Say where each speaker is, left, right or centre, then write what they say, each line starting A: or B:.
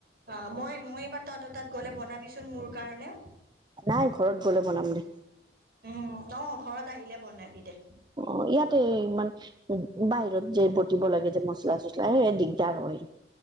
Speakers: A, on the right (about 55°); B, on the right (about 25°).
A: অ', মই, মই এইবাৰ তহঁতৰ তাত গ'লে বনাবিচোন মোৰ কাৰণে।
B: নাই, ঘৰত গ'লে বনাম দে।
A: উম, অ', ঘৰত আহিলে বনাবি দে।
B: অ', ইয়াতে ইমান উ বাহিৰত যে বটিব লাগে যে, মচলা চছলা সেয়া দি দিগদাৰ হয়।